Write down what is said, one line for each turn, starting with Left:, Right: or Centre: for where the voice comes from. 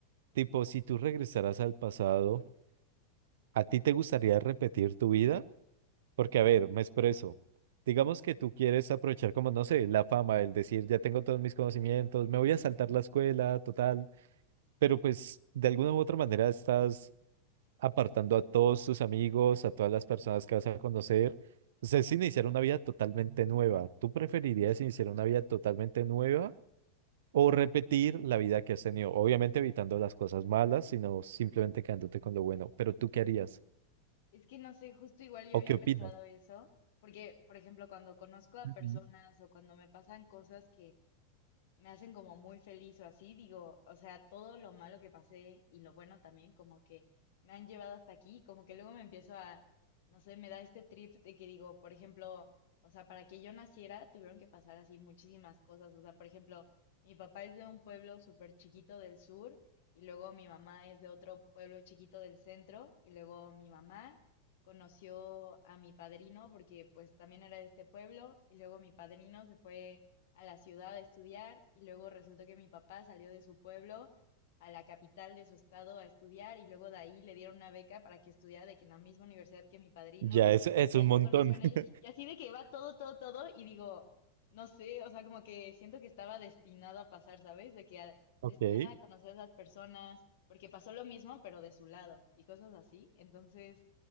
Right: Tipo, si tú regresaras al pasado, ¿a ti te gustaría repetir tu vida? Porque, a ver, me expreso. Digamos que tú quieres aprovechar como, no sé, la fama, el decir, ya tengo todos mis conocimientos, me voy a saltar la escuela, total. Pero pues de alguna u otra manera estás apartando a todos tus amigos, a todas las personas que vas a conocer. O sea, es iniciar una vida totalmente nueva. ¿Tú preferirías iniciar una vida totalmente nueva o repetir la vida que has tenido? Obviamente evitando las cosas malas, sino simplemente quedándote con lo bueno. Pero ¿tú qué harías?
Left: Es que no sé, justo igual yo
Right: ¿O
Left: había
Right: qué opinas?
Left: pensado eso, porque, por ejemplo, cuando conozco a
Right: Ujú.
Left: personas o cuando me pasan cosas que me hacen como muy feliz o así, digo, o sea, todo lo malo que pasé y lo bueno también, como que me han llevado hasta aquí, como que luego me empiezo a, no sé, me da este trip de que digo, por ejemplo, o sea, para que yo naciera tuvieron que pasar así muchísimas cosas, o sea, por ejemplo, mi papá es de un pueblo súper chiquito del sur y luego mi mamá es de otro pueblo chiquito del centro y luego mi mamá conoció a mi padrino porque pues también era de este pueblo y luego mi padrino se fue a la ciudad a estudiar y luego resultó que mi papá salió de su pueblo a la capital de su estado a estudiar y luego de ahí le dieron una beca para que estudiara de que en la misma universidad que mi padrino
Right: Ya, es, es
Left: y
Right: un
Left: ahí
Right: montón.
Left: se conocieron ellos
Right: <laughs>
Left: y así de que va todo, todo, todo y digo, no sé, o sea, como que siento que estaba destinado a pasar, ¿sabes? De que a-
Right: Ok.
Left: destinada a conocer a esas personas porque pasó lo mismo pero de su lado y cosas así, entonces,